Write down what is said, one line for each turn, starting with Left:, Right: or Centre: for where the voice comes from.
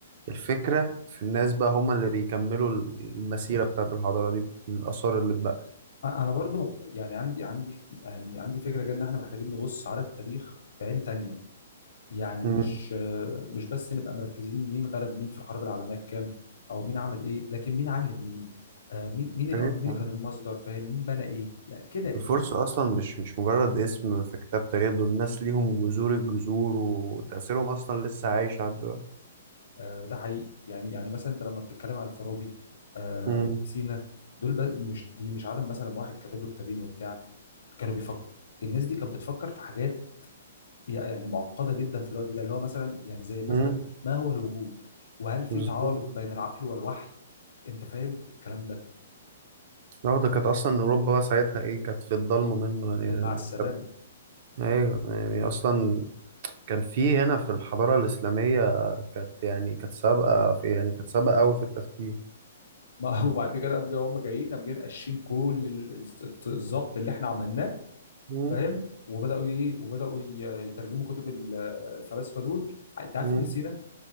Right: الفكرة في الناس بقى هم اللي بيكملوا المسيرة بتاعت الحضارة دي من الآثار اللي اتبقت
Left: انا برضو مقت... يعني عندي عندي يعني عندي فكره كده ان احنا محتاجين نبص على التاريخ بعين تانية يعني
Right: مم.
Left: مش مش بس نبقى مركزين مين غلب مين في الحرب العالميه الكام او مين عمل ايه لكن مين علم مين آه مين مين ال...
Right: يا ريت
Left: مين
Right: يا عم
Left: كان المصدر فاهم مين بنى ايه يعني كده يعني
Right: الفرصة أصلا مش مش مجرد اسم في كتاب تاريخ دول الناس ليهم جذور الجذور وتأثيرهم أصلا لسه عايش لحد دلوقتي
Left: آه ده حقيقي يعني يعني مثلا انت لما بتتكلم على الفارابي آه
Right: مم.
Left: وابن سينا دول بس مش دي مش عالم مثلا واحد كاتب له كتابين وبتاع كانوا بيفكر الناس دي كانت بتفكر في حاجات يعني معقده جدا في الوقت ده اللي هو مثلا يعني زي مثلا
Right: مم.
Left: ما هو الوجود وهل في
Right: بالظبط
Left: تعارض بين العقل والوحي انت فاهم الكلام ده
Right: لا ده كانت أصلا أوروبا بقى ساعتها إيه كانت في الضلمة منه يعني
Left: مع السلامه
Right: كانت- أيوه يعني أصلا كان في هنا في الحضارة الإسلامية كانت يعني كانت سابقة في يعني كانت سابقة أوي في التفكير
Left: ما <laughs> وبعد كده هم جايين هم جايين قام جايين قاشين كل ال- الظبط اللي احنا عملناه
Right: مم.
Left: فاهم وبداوا ايه وبداوا ي- يترجموا كتب ال- الفلاسفه دول انت عارف
Right: مم.
Left: ابن سينا